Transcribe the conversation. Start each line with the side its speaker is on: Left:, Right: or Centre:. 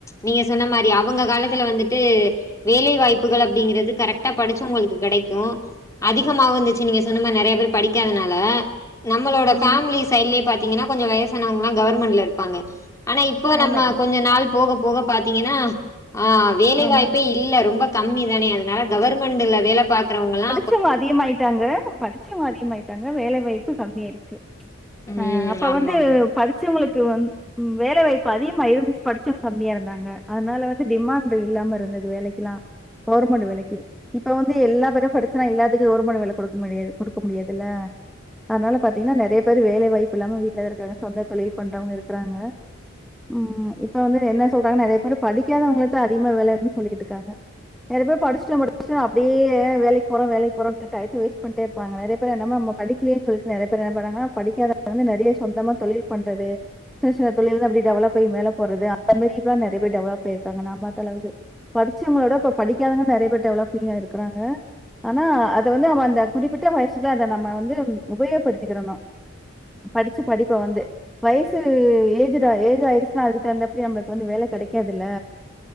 Left: நீங்க சொன்ன மாரி அவெங்க காலத்துல வந்துட்டு வேலை வாய்ப்புகள் அப்டிங்கறது கரெக்ட்டா படிச்சவங்களுக்கு கெடைக்கு அதிகமாகவுந்துச்சு நீங்க சொன்ன மாரி நிறைய பேர் படிக்காதனால நம்மளோட
Centre: ம்
Left: ஃபேமிலிஸ் சைட்லயு பாத்தீங்கனா கொஞ்சோ வயசானவங்கலா கவர்மெண்ட்ல இருப்பாங்க ஆனா இப்ப நம்ம
Centre: ஆமை
Left: கொஞ்ச நாள் போக போக பாத்தீங்கனா ஆ வேலைவாய்ப்பே
Centre: ஆமா
Left: இல்ல ரொம்ப கம்மி தானே அதனால கவர்மெண்ட்ல வேல பாக்குறவ்ங்கல்லா
Centre: ட்டு அதிகமாயிட்டாங்க படிச்சவ்ங்க அதிகமாய்ட்டாங்க வேலை வாய்ப்பு கம்மிய ஆயிடுச்சு
Left: ம்
Centre: ஆ அப்ப
Left: ஆமாமா
Centre: வந்து படுச்சவங்களுக்கு வந் வேலை வாய்ப்பு அதிகமா இருந்துச்சு படிச்சும் கம்மியா இருந்தாங்க அதனால வந்து டிமாண்ட் இல்லாம இருந்தது வேலைக்குலா கொவர்மெண்ட் விலைக்கி இப்ப வந்து எல்லா தடவையு படிச்சா நா எல்லாத்துக்கு கவர்மெண்ட் வேல குடுக்க முடியாது கொடுக்க முடியாதுல அனால பாத்தீங்கன்னா நறைய பேர் வேலைவாய்ப்பு இல்லாம வீட்ல இருக்காங்க சொந்த தொழில் பண்றவங்க இருக்றாங்க ம் இப்ப வந்து என்ன சொல்றாங்க நிறைய பேர் படிக்காதவங்களத்த அதிகமா வேலனு சொல்லிட்டு இருக்காங்க நிறைய பேர் படுச்சுட்டோ படிச்சுடோ அப் டியே வேலைக்கி போறோ வேலைகி போறோன்டு டயத்த வேஸ்ட் பண்ணிட்டே இருப்பாங்க நிறைய பேர் என்னம் நம படிக்கலேன் சொல்லிட்டு நிறைய பேர் என்னா பண்ணுவாங்னா படிக்காதங்க வந்து நிறைய சொந்தமா தொழில் பண்றது ஷின ஷின தொழில அப்டிடெவலப் ஆயி மேல போறது அந்த மாரிப்லா நெறைய பேரு டெவலப் ஆயிருகாங்க ந பாத்தலந்து படுச்சவங்களோட இப்ப படிக்காதங்க நெறைய பேர் டெவலப்பீயா இருக்கறாங்க ஆனா அத வந்து நம்ம அந்த குறிப்பிட்ட வயசுக்குள்ள அத நம்ம வந்து உபயோகப்படுத்திக்கிறணு படிச்சு படிப்ப வந்து வயசு ஏஜடா ஏஜ் ஆயிருச்சுன்னா அதுக்கு தகுந்தபடி நம்மளுக்கு வந்து வேல கெடைக்காதுல